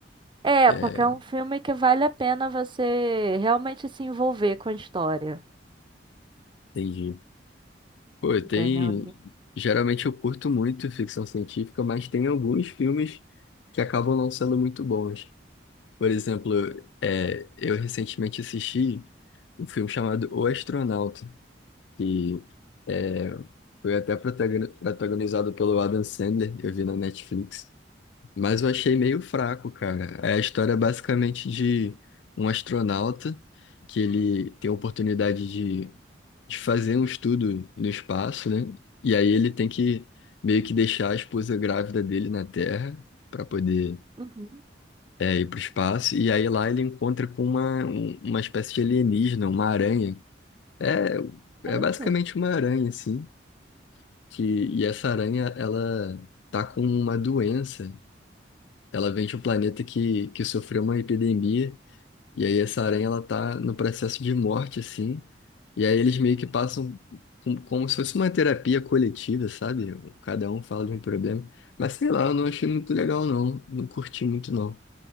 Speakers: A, on the right; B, on the left.
A: É,
B: É,
A: porque é um filme que vale a pena você realmente se envolver com a história,
B: entendi. Pô, tem.
A: entendeu?
B: Geralmente eu curto muito ficção científica, mas tem alguns filmes que acabam não sendo muito bons. Por exemplo, é, eu recentemente assisti um filme chamado O Astronauta, que é, foi até protagoni- protagonizado pelo Adam Sandler, eu vi na Netflix. Mas eu achei meio fraco, cara. É a história basicamente de um astronauta que ele tem a oportunidade de fazer um estudo no espaço, né? E aí ele tem que meio que deixar a esposa grávida dele na Terra para poder
A: Uhum.
B: é, ir para o espaço. E aí lá ele encontra com uma, um- uma espécie de alienígena, uma aranha. É, é
A: Eita.
B: basicamente uma aranha, assim. Que, e essa aranha, ela tá com uma doença. Ela vem de um planeta que, que sofreu uma epidemia. E aí essa aranha ela tá no processo de morte, assim. E aí eles meio que passam com- como se fosse uma terapia coletiva, sabe? Cada um fala de um problema. Mas sei lá, eu não achei muito legal, não. Não curti muito, não.